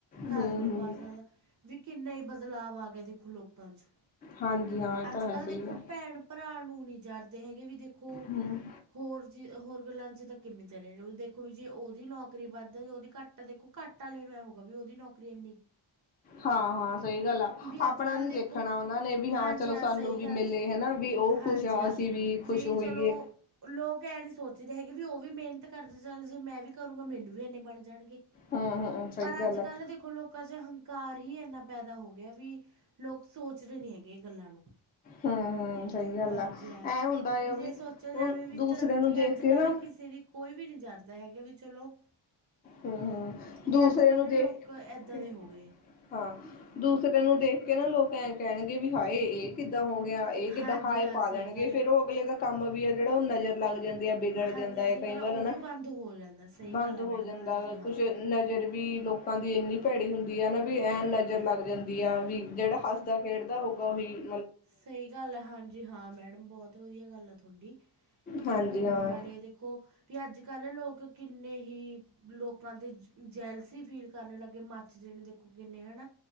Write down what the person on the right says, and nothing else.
ਘਰ ਨੀ
ਪਾ ਸਕਦਾ ਵੀ ਕਿੰਨਾ ਹੀ ਬਦਲਾਵ ਆ ਗਿਆ ਦੇਖੋ ਲੋਕਾਂ ਚ।
ਅੱਜ
ਕੱਲ
ਦੇਖੋ!
ਭੈਣ- ਭਰਾ ਨੂੰ ਨੀ ਜਰਦੇ ਹੈਗੇ ਵੀ ਦੇਖੋ!
ਹੋਰ ਜ, ਹੋਰ ਗੱਲਾਂ ਅੱਜ ਤਾਂ, ਕਿਵੇਂ ਚ ਦੇਖੋ ਵੀ। ਜੇ ਉਹਦੀ ਨੌਕਰੀ ਵੱਧ ਹੈ। ਉਹਦੀ ਘੱਟ। ਤਾਂ ਦੇਖੋ ਘੱਟ ਵਾਲੇ ਨੂੰ ਇਹੋਗਾ ਵੀ ਉਹਦੀ ਨੌਕਰੀ <inaudible>
ਵੀ ਅੱਜ
ਕੱਲ੍ਹ
ਦੇਖੋ
ਹਾਂਜੀ
ਸਹੀ
ਗੱਲ
ਹੈ
ਹਾਂਜੀ
ਹਾ।
ਵੀ
ਚਲੋ ਲੋਕ ਐ ਨੀ ਸੋਚਦੇ ਹੈਗੇ ਵੀ ਉਹ ਵੀ ਮਿਹਨਤ ਕਰਦੇ ਚੱਲ ਜੇ ਮੈਂ ਵੀ ਕਰੂੰਗਾ, ਮੈਨੂੰ ਵੀ ਇੰਨੇ ਬਣ ਜਾਣਗੇ।
ਪਰ
ਅੱਜ
ਕੱਲ ਦੇਖੋ, ਲੋਕਾਂ ਚ ਅਹੰਕਾਰ ਵੀ ਹੀ ਇਨਾ ਪੈਦਾ ਹੋ ਗਿਆ ਵੀ ਲੋਕ ਸੋਚ ਰਹੇ ਨੀ ਹੈਗੇ ਇਹ ਗੱਲਾਂ ਨੂੰ।
ਹਾਂਜੀ
ਹਾਂ
ਵੀ
ਜੇ ਸੋਚਿਆ ਜਾਵੇ,
ਵੀ
ਤਰੱਕੀ
ਅੱਜ
ਕੱਲ
ਕਿਸੇ ਤੇਰੀ ਕੋਈ ਵੀ ਨੀ ਜਾਰਦਾ ਹੈਗਾ ਵੀ ਚਲੋ
ਵੀ
ਅੱਜ ਕੱਲ੍ਹ
ਲੋਕ ਇੱਦਾਂ
ਦੇ ਹੋ ਗਏ
ਹਾਂਜੀ
ਹਾਂ
ਸਹੀ
ਗੱਲ
ਆ
ਹਾਂਜੀ ਹਾਂ
ਸਹੀ
ਗੱਲ ਆ
ਉਹ
ਵੀ ਬੰਦ ਹੋ ਜਾਂਦਾ ਸਹੀ
ਗੱਲ ਆ
ਮੈਡਮ
ਹਾਂਜੀ ਹਾਂ
ਹਾਂਜੀ
ਹਾਂ
ਸਹੀ ਗੱਲ ਹੈ। ਹਾਂਜੀ ਹਾਂ ਮੈਡਮ। ਬਹੁਤ ਵਧੀਆ ਗੱਲ ਆ ਤੁਹਾਡੀ।
ਇਹ ਮੰਨਣ
ਵਾਲੇ। ਦੇਖੋ, ਕਿ ਅੱਜ ਕੱਲ ਲੋਕ। ਕਿੰਨੇ ਹੀ ਲੋਕਾਂ ਵਿਚ ਜੈਲਸੀ ਫੀਲ ਕਰਨ ਲੱਗੇ। ਮੱਚਦੇ ਨੇ। ਦੇਖੋ ਹੈ।